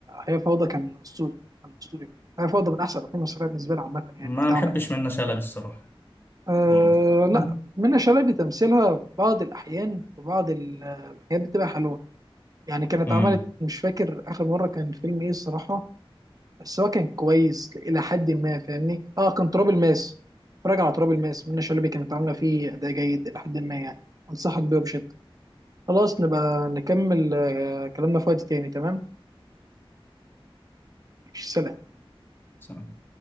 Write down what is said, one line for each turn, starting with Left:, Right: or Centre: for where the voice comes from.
Right: آه هي فوضى كان أسطوري كان أسطوري هي فوضى من أحسن الأفلام المصرية بالنسبة لي عامة يعني
Left: ما
Right: اللي اتعمل
Left: بحبش منة شلبي الصراحة
Right: آه
Left: برضه يعني
Right: لا منى شلبي تمثيلها في بعض الأحيان في بعض ال- الحاجات بتبقى حلوة يعني كانت
Left: مم.
Right: عملت مش فاكر آخر مرة كان فيلم إيه الصراحة بس هو كان كويس الى حد ما فاهمني اه كان تراب الماس اتفرج على تراب الماس منى شلبي كانت عامله فيه اداء جيد الى حد ما يعني انصحك بيه بشده خلاص نبقى نكمل آه، كلامنا في وقت تاني تمام ماشي، سلام
Left: مم.